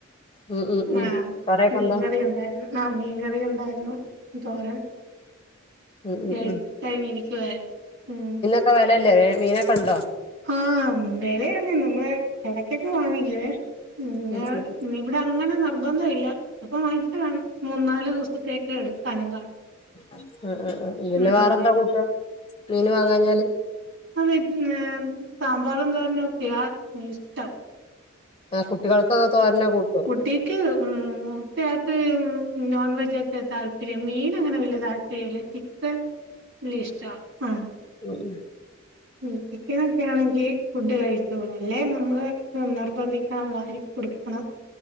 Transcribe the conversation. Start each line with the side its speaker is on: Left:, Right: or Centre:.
Left: ഉം ഉം ഉം
Right: ആഹ
Left: കറിയൊക്കെ
Right: മീൻകറിയുണ്ടായിരുന്നു
Left: എന്താ
Right: ആഹ മീൻകറി ഒണ്ടായിരുന്നു. തോരൻ
Left: ഉം
Right: <unintelligible>
Left: ഉം ഉം
Right: ഉം
Left: ഒക്കെ വെലല്ലേ മീനൊക്കെണ്ടോ?
Right: ആഹ് വെലയാണ് നമ്മള് ഇടക്കൊക്കെ വാങ്ങിക്കുവേ? ന്നെ
Left: ഉം ഉം
Right: നി ഇബ്ടെങ്ങനെ നിർബന്ധഇല്ല ചിലപ്പോ വാങ്ങിച മൂന്നാല് ദിവസത്തേക്ക് എടുക്കാനും കാണും.
Left: അ അ ആ പിന്നെ
Right: ഉം
Left: വേറെന്താ കൂട്ടാം മീന് വാങ്ങാഞ്ഞാല്?
Right: അവര് ക്ക്‌ ന്നെ സാമ്പാറും തോരനൊക്കെയാ ഇഷ്ടം.
Left: ആ കുട്ടികൾക്കൊക്കെ തോരനൊ കെ കൂട്ടോ?
Right: കുട്ടിയാക്ക് മൂത്തയാക്ക് നോൺ വെജൊക്കെ താല്പര്യം മീൻ അങ്ങനെ വലിയ താല്പര്യംല്ല. ഇ ക്ക്‌ ലിഷ്ടാ ആ
Left: ഉ ഉം
Right: മ് ചിക്കനൊക്കെ ആണെങ്കിൽ ഫുഡ് കഴിച്ചോളും അല്ലെ നമ്മള് നിർബന്ധിക്കണം വാരി കൊടുക്കണം.